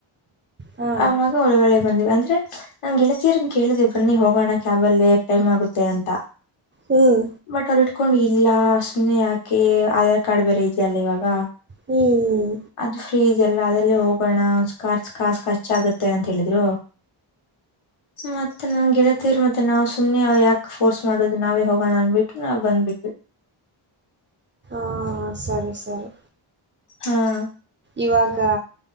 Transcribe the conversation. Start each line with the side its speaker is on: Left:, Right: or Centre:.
Right: ಹಾ
Left: ಅವಾಗ ಒಳಗಡೆ ಬಂದ್ವಿ ಅಂದ್ರೆ.. ನಾ ಗೆಳತಿಯರನ್ನ ಕೇಳಿದ್ವಿ ಬನ್ನಿ ಹೋಗೋಣ ಕ್ಯಾಬ ಅಲ್ಲಿ ಟೈಮ್ ಆಗುತ್ತೆ ಅಂತ
Right: ಹ್ಮ್
Left: ಬಟ್ ಅವರಿಡ್ಕೊಂಡ ಇಲ್ಲ... ಸುಮ್ನೆ ಯಾಕೆ ಅ.. ಕಡಬೆರೆ ಏತ್ ಅಲ್ಲ ಇವಾಗ..
Right: ಹ್ಮ್ ಹ್ಮ್
Left: ಅದು ಫ್ರೀ ಇದೆಲ್ಲ ಅದರಲ್ಲೇ ಹೋಗಣ ಕಾರ್ಸ್ ಕಸ್ ಖರ್ಚ್ ಆಗತ್ತೆ ಅಂತ ಹೇಳಿದ್ರು ಮ... ಮತ್ತ ನನ್ ಗೆಳತಿಯಾರ್ ಮತ್ತೆ ನಾ ಸುಮ್ನೆ್ ಯಕಕ್ ಫೋರ್ಸ್ ಮಾಡೋದು ನಾವೇ ಹೋಗಣ ಅಂದ್ಬಿಟ್ಟು ನಾವ್ ಬಂದ್ವಿ...
Right: ಹ ಸರಿ ಸರಿ
Left: ಹಾ
Right: ಇವಾಗ
Left: ಹ